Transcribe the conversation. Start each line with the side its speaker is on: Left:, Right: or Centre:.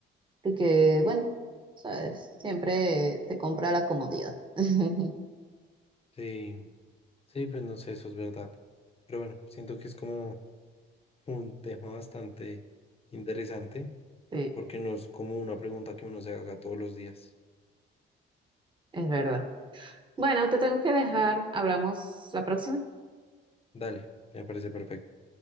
Right: porque, bueno, sabes, siempre te compra la comodidad. <laughs>
Left: Sí, sí, pues no sé, eso es verdad. Pero bueno, siento que es como un tema bastante interesante,
Right: Sí,
Left: porque no es como una pregunta que uno se haga todos los días.
Right: es verdad. Bueno, te tengo que dejar. Hablamos la próxima.
Left: Dale, me parece perfecto.